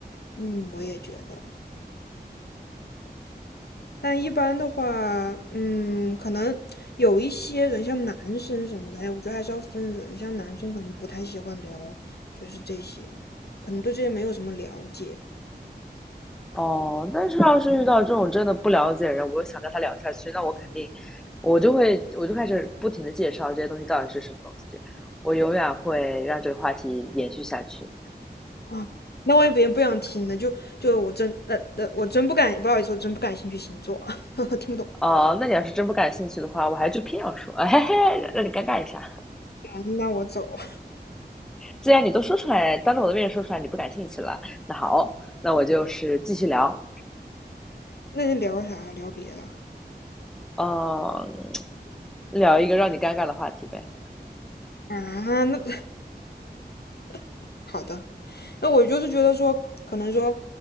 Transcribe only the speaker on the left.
嗯，我也觉得。但一般的话，嗯，可能有一些人，像男生什么的，哎，我觉得还是要分人。像男生可能不太喜欢聊，就是这些，可能对这些没有什么了解。
啊，那万一别人不想听呢？就就我真那那我真不敢，不好意思，我真不感兴趣星座，<laughs> 听不懂。
啊那我走，
<laughs> 那就聊啥聊别的
啊？那 <laughs> 好的，那我就是觉得说，可能说，